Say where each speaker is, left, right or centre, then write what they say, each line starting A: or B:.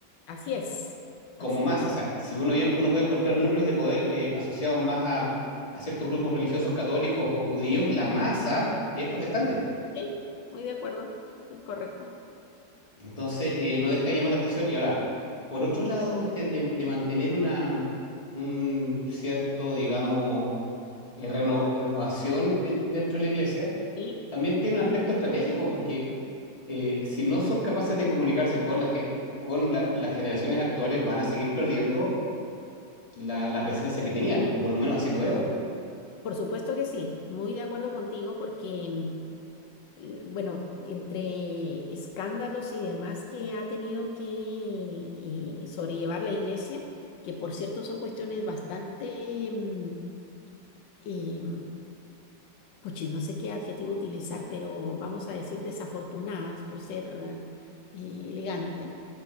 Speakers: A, on the left (about 80°); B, on the left (about 20°).
A: así es,
B: como
A: así.
B: más. O sea, si uno, bien, uno puede encontrar núcleos de poder eh, asociados más a, a, ciertos grupos religiosos católicos o judíos,
A: Sí,
B: la masa es protestante.
A: sí, muy de acuerdo, es correcto.
B: Entonces, eh, no deja de llamar la atención. Y ahora, por otro lado, este de, de mantener una, un cierto, digamos, eh, reno, renovación en- dentro de la iglesia,
A: Sí,
B: también tiene un aspecto estratégico porque eh, si no son capaces de comunicarse con, la gen- con la- las generaciones actuales, van a seguir perdiendo la, la presencia que tenían, o por lo menos así lo veo.
A: por supuesto que sí, muy de acuerdo contigo porque, mm, l- bueno, entre escándalos y demás que ha tenido que eh, sobrellevar la iglesia, que por cierto son cuestiones bastante, mm, eh, puchis, no sé qué adjetivo utilizar, pero vamos a decir desafortunadas por ser eh, elegante.